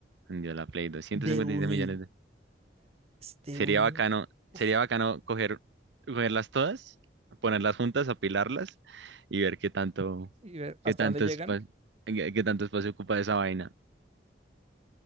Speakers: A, on the right; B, on the right.
A: vendió la Play dos. ciento
B: de
A: cincuenta
B: unidades,
A: y siete millones
B: de
A: Sería
B: unidades.
A: bacano,
B: Uf,
A: sería bacano coger, cogerlas todas, ponerlas juntas, apilarlas y ver qué tanto,
B: ¿y ver hasta
A: qué tanto
B: dónde llegan?
A: espa- qué qué tanto espacio ocupa esa vaina.